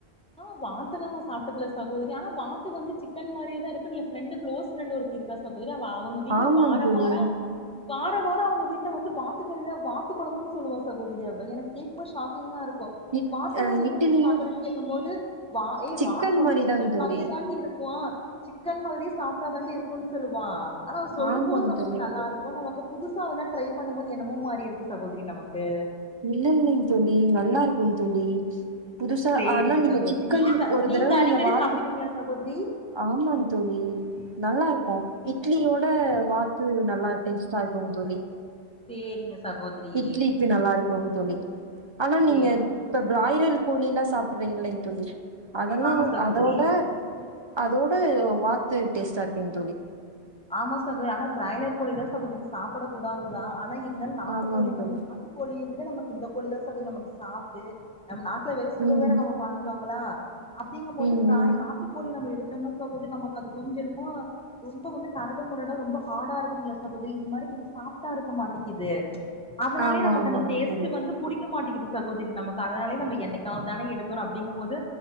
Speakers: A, in the centre; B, on the right.
A: ஆ வாத்தல்லா நா சாப்ட்டதில்ல சகோதரி ஆனா வாத்து வந்து சிக்கன் மாரியேதா இருக்கூ எ ஃப்ரெண்டு க்ளோஸ் ப்ரெண்டு ஒருத்தீ இருக்கா சகோதரி அவ அவங்க வீட்ல
B: ஆமாங்
A: வாரோ
B: தோழி
A: வாரோ வார வாரோ அவங்க வீட்ல வந்து வாத்துக்கறிதா வாத்து கொழம்புன்னு சொல்லுவா சகோதரி அவ எனக்கே ரொம்ப ஷாக்கிங்கா இருக்கூ
B: இட்
A: வாத்தெல்லா
B: அ
A: எப்டி
B: இட்லியு
A: சாப்பறேன்னு கேக்கும்போது ஏ
B: சிக்கன்
A: வாத்து வந்து
B: மாரிதாங்
A: சிக்கன்
B: தோழி
A: மாறியே தாண்டி இருக் போ சிக்கன் மாதிரியே சாஃப்ட்டா தாண்டி இருக்கோ சொல்லுவா அ ஆனா சொல்லும்
B: ஆமாங்
A: போது நமக்கு
B: தோழி
A: நல்லாருக் க்கு நமக்கு புதுசா அதெல்லா ட்ரை பண்ணுபோது என்னமோ மாறி இருக்கூ சகோதரி நமக்கு
B: இல்லங் நீங் தோழி நல்லா இருக்கோ தோழி புதுசா
A: சேரிங்க
B: ஆனா நீங்க
A: சகோதரி
B: சிக்கன்
A: நீங்க ச
B: ஒரு தடவ
A: அடிக்கடி
B: நீங்க வாத்
A: சாப்டுவீங்களா சகோதரி
B: ஆமாங் தோழி நல்லா இருக்கோ இட்லியோட வாத்து நல்லா டேஸ்டா இருக்குங் தோழி
A: சேரிங்க சகோதரி
B: இட்லிக்கு நல்லா இருக்கோ தோழி ஆனா நீங்க
A: சேரிங்க
B: இப்ப பிராய்ரல் கோழில்லா சாப்றீங்களேங்க தோழி அதெல்லா
A: ஆமா சகோதரி
B: அதவுட அதோடு வாத்து டேஸ்ட்டா இருக்குங் தோழி
A: ஆமா சகோதரி ஆனா பிராய்லர் கோழி தா சகோதரி சாப்ட கூடாதுதா ஆனா இருந்தாலு நாட்டு
B: ஆமாங்
A: கோழி
B: தோழி
A: வந்து நாட்டு கோழிய விட நமக்கு இந்த கோழி தா நமக்கு சாஃப்ட்டு நம்ம நாக்குல வேற சுவ
B: ம்
A: வேற நமக்கு பாத்துட்டோங்களா அப்டிங்கு போது
B: ம்
A: பிராய்
B: ம்
A: நா ட்டு கோழி நம்ம எடுத்தோம்னா சகோதரி நமக்கு அது கொஞ்சொ என்னமா ரொம்ப வந்து கரடு மொரடா ரொம்ப ஹார்டா இருக்குங்களா சகோதரி இது மாதிரி கொஞ்சோ சாஃப்டா இருக்க மாட்டேங்கிது அதனாலயே
B: ஆமா
A: நமக்கு
B: ஆமாங்க
A: அந்த டேஸ்ட்
B: தோழி
A: வந்து புடிக்க மாட்டேகுது சகோதரி நமக்கு அதனாலயே நம்ம என்னிக்காவது தான எடுக்கறோ அப்டிங்க போது